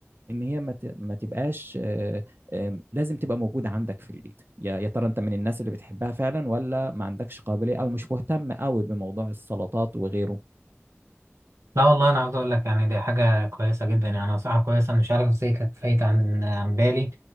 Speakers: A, on the right (about 50°); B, on the right (about 85°).
A: ان هي ما ت- ما تبقاش آه، آم، لازم تبقى موجوده عندك في البيت يا يا ترى انت من الناس اللي بتحبها فعلا ولا ما عندكش قابليه او مش مهتم قوي بموضوع السلطات وغيره
B: لا والله انا عاوز اقول لك يعني دي حاجه كويسه جدا يعني نصيحه كويسه أنا مش عارف ازاي كانت فايته عن عن بالي